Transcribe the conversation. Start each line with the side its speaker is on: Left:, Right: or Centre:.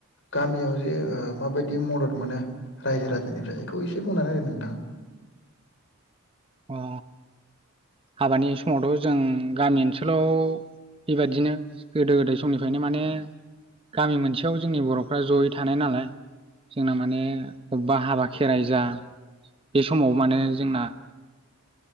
Left: गामियाव जे ओ माबायदि मदद मोनो रायजो राजानिफ्राय बेखौ एसे बुंनानै होदो नोंथां
Right: अ हाबानि समावथ' जों गामि ओनसोलाव बेबायदिनो गोदो गोदाय समनिफ्रायनो माने गामि मोनसेयाव जोंनि बर'फ्रा जयै थानाय नालाय जोंना माने बबेबा हाबा खेराइ जा बे समाव माने जोंना